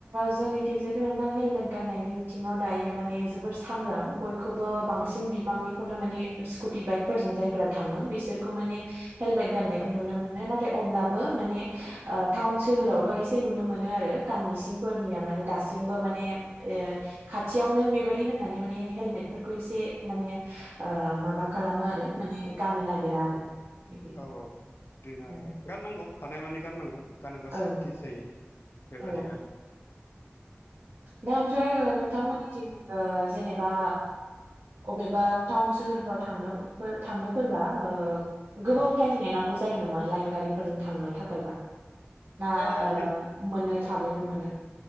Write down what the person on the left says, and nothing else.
औ
औ
औ
औ औ बिदिनो आरो
गाननांगौ। हानायमानि गाननांगौ। गानोबा सेफटि
जायो। बेबादि
आरो
औ
दा
बे